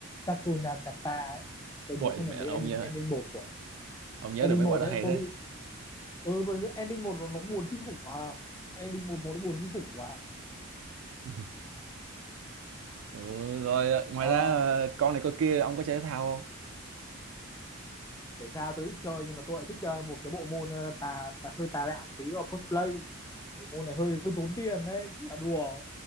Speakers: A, on the left; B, on the right.
A: Takunakata ấy tôi nhớ
B: Ôi
A: không
B: mẹ
A: nhầm đấy
B: ông
A: ending
B: nhớ,
A: ending một của
B: ông nhớ
A: ending
B: được mấy
A: một
B: quả đó
A: đấy
B: hay
A: tôi
B: thế.
A: bị ừ bởi ending một nó, nó buồn kinh khủng mà ending một một nó buồn kinh khủng quá
B: <laughs> Ừ rồi, ờ, ngoài
A: Ờ,
B: ra ờ, con này con kia ông có chơi thể thao không?
A: thể thao tôi ít chơi nhưng mà tôi lại thích ờ, một cái bộ môn ờ, tà, tà hơi tà đạo tí đó cosplay bộ môn này hơi hơi tốn tiền đấy chứ là đùa